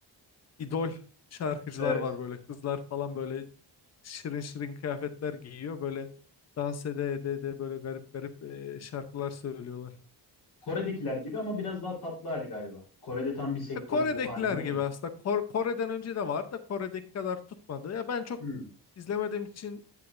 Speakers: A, on the left; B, on the left.
A: idol şarkıcılar
B: Evet.
A: var böyle kızlar falan böyle şirin şirin kıyafetler giyiyor böyle dans ede ede ede böyle garip garip e, şarkılar söylüyorlar.
B: Kore'dekiler gibi ama biraz daha tatlı hali galiba. Kore'de tam bir sektörü
A: E, Kore'dekiler
B: bu halinde ya.
A: gibi aslında Kor- Kore'den önce de var da Kore'deki kadar tutmadı. Ya ben çok
B: Hmm.
A: izlemediğim için